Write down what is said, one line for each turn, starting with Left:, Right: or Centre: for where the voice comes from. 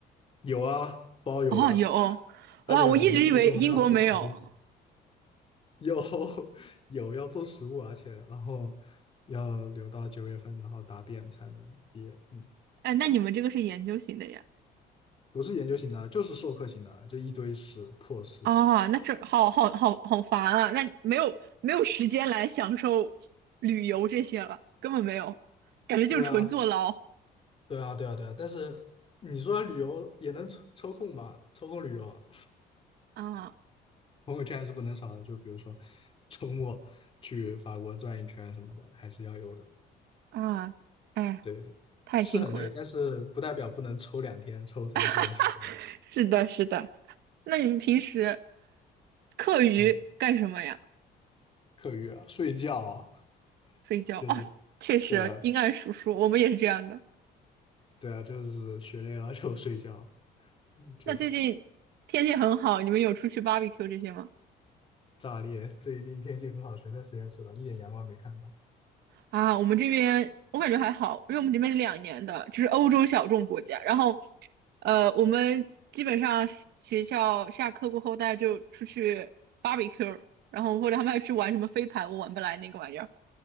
Left: 有啊，包有的，
Right: 哦，有，
Left: 而且我们因为我们要做实物，
Right: 哇，我一直以为英国没有。
Left: 有 <laughs> 有要做实务，而且然后要留到九月份，然后答辩才能毕业。嗯，
Right: 哎，那你们这个是研究型的呀？
Left: 不是研究型的，就是授课型的，就一堆事破事。
Right: 啊，那这好好好好烦啊！那没有没有时间来享受旅游这些了，根本没有，感觉就是纯坐牢
Left: 对啊，对啊，对啊，对啊。但是你说旅游也能抽抽空吧？抽空旅游，
Right: 啊
Left: <laughs> 朋友圈还是不能少的。就比如说周末去法国转一圈什么的，还是要有的。
Right: 啊！哎，
Left: 对，
Right: 太辛苦了。
Left: 是很累，但是不代表不能抽两天、抽三天去
Right: <laughs> 是的，是的。那你们平时课余干什么呀？
Left: 嗯，课余啊，睡觉啊，
Right: 睡觉。
Left: 就是
Right: 哦，确实，
Left: 对啊，
Right: 阴暗叔叔，我们也是这样的。
Left: 对啊，就是学累了就睡觉，就
Right: 那最近天气很好，你们有出去 barbecue 这些吗？
Left: 炸裂。<laughs> 最近天气很好，全在实验室了，一点阳光没看到。
Right: 啊，我们这边我感觉还好，因为我们这边是两年的，就是欧洲小众国家。然后，呃，我们基本上是学校下课过后，大家就出去 barbecue，然后或者他们还去玩什么飞盘，我玩不来那个玩意儿。